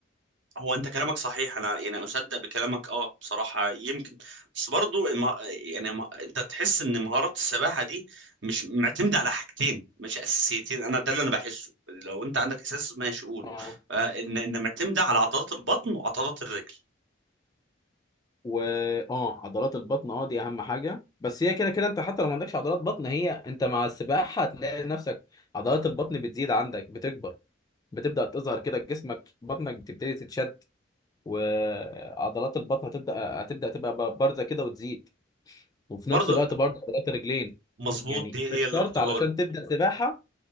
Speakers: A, on the right (about 65°); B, on the left (about 20°).
A: هو انت كلامك صحيح انا يعني اصدق بكلامك اه بصراحه يمكن بس برضو الم- يعني ما- انت تحس ان مهارات السباحه دي مش معتمده على حاجتين مش اساسيتين انا ده اللي انا بحسه لو انت عندك اساس ماشي قوله
B: اه
A: آه، ان ان معتمده على عضلات البطن وعضلات الرجل
B: و اه عضلات البطن اه دي اهم حاجه بس هي كده كده انت حتى لو ما عندكش عضلات بطن هي انت مع السباحه هتلاقي نفسك عضلات البطن بتزيد عندك بتكبر بتبدا تظهر كده جسمك بطنك بتبتدي تتشد وعضلات البطن هتبدا هتبدا تبقى بارزه كده وتزيد وفي
A: برضو
B: نفس الوقت برضه عضلات الرجلين
A: مظبوط
B: يعني
A: دي هي
B: مش
A: اللي
B: شرط
A: كنت بقوله
B: علشان تبدأ سباحة